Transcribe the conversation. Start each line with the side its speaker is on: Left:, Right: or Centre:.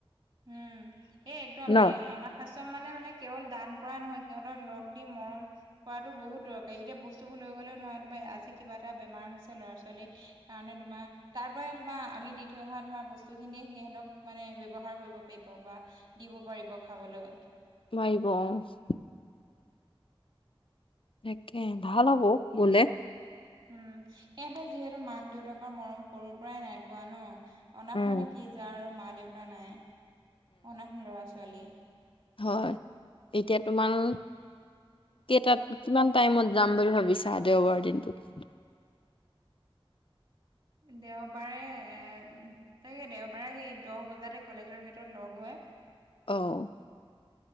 Right: উম এ একদম
Left: ন
Right: এ অনাথ আশ্ৰম মানে মানে কেৱল দান কৰা নহয়, সিহঁতক লগ দি মৰম কৰাটো বহুত দৰকাৰী। এতিয়া বস্তুবোৰ লৈ গ'লেও ধৰা তোমাৰ আজি কিবা এটা বেমাৰ হৈছে ল'ৰা ছোৱালীৰ কাৰণে তোমাৰ তাৰ পৰাই তোমাৰ আমি দি থৈ অহা ধৰা বস্তু খিনিয়ে সিহঁত মানে ব্যবহাৰ কৰিব পাৰিব বা দিব পাৰিব খাবলৈ।
Left: পাৰিব অ' তাকে ভাল হ'ব গলে।
Right: উম সিহঁতে যিহেতু মাক -দেউতাকৰ মৰম সৰুৰ পৰাই নাই পোৱা ন অনাথ
Left: উম
Right: মানে কি যাৰ মা দেউতা নাই, অনাথ লৰা ছোৱালী।
Left: হয় এতিয়া তোমাৰ কেইটাত কিমান টাইমত যাম বুলি ভাবিছা, দেওবাৰৰ দিনটোত।
Right: দেওবাৰে এ তাকে দেওবাৰে সেই দহ বজাতে কলেজৰ গেটত লগ হয়।
Left: অ'।